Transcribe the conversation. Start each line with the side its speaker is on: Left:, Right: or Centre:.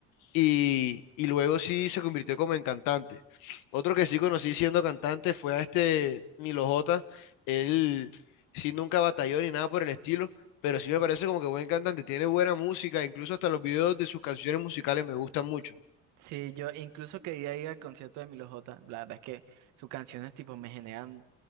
Left: y, y luego sí se convirtió como en cantante. Otro que sí conocí siendo cantante fue a este Milo J. Él sí nunca batalló ni nada por el estilo, pero sí me parece como que buen cantante, tiene buena música, incluso hasta los videos de sus canciones musicales me gustan mucho.
Right: Sí, yo incluso quería ir al concierto de Milo J. La verdad es que sus canciones tipo me generan